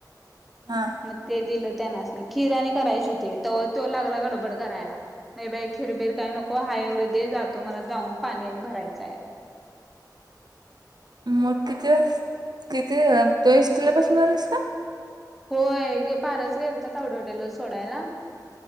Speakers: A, on the right; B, in the centre.
A: हां हां
B: मंग ते दिलं त्यांनास मं खिर आणी करांयची होती ते तो लागंला गडबड करायलां नाहीं बाई खिरबीर कायं नको हां एवढं दे जातो मलां जाऊंन पाणी आणि भरांयचां आहे
A: मंग किती किती तुंस तिलांपासून आलीस कां
B: होयं पारंस चं गेलं तां तावडेवाडिलां सोडांयला